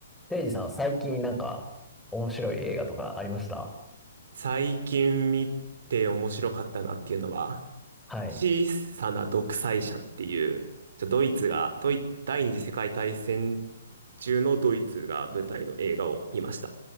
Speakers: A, in the centre; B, on the right (about 65°).
A: レイジさん、最近なんか面白い映画とかありました
B: 最近見て面白かったなっていうのは、
A: はい。
B: 小さな独裁者っていう、ちょドイツが、ドイ、第二次世界大戦中のドイツが舞台の映画を見ました。